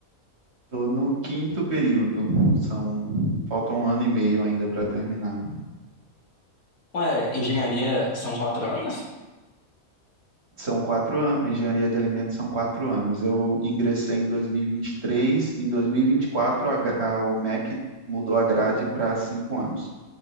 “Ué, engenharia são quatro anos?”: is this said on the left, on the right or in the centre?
Left